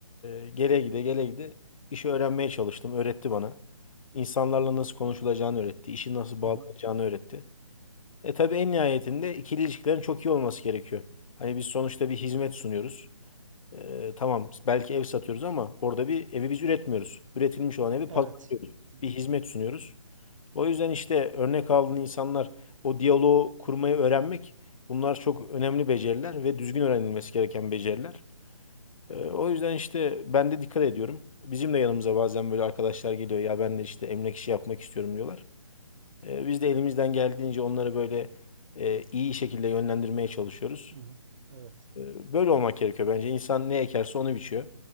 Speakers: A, on the left; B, on the right.
A: e, gele gide gele gide işi öğrenmeye çalıştım. Öğretti bana. İnsanlarla nasıl konuşulacağını öğretti. İşi nasıl
B: Hı
A: bağlanacağını
B: hı.
A: öğretti. E tabii en nihayetinde ikili ilişkilerin çok iyi olması gerekiyor. Hani biz sonuçta bir hizmet sunuyoruz. Ee, tamam belki ev satıyoruz ama orada bir evi biz üretmiyoruz. Üretilmiş olan evi
B: Evet.
A: pazarlıyoruz.
B: Hı hı.
A: Bir hizmet sunuyoruz. O yüzden işte örnek aldığın insanlar o diyaloğu kurmayı öğrenmek bunlar çok önemli beceriler ve düzgün öğrenilmesi gereken beceriler. Ee, o yüzden işte ben de dikkat ediyorum. Bizim de yanımıza bazen böyle arkadaşlar geliyor ya ben de işte emlak işi yapmak istiyorum diyorlar. Ee, biz de elimizden geldiğince onları böyle e, iyi şekilde yönlendirmeye çalışıyoruz.
B: Hı hı. Evet.
A: E, Böyle olmak gerekiyor bence. İnsan ne ekerse onu biçiyor.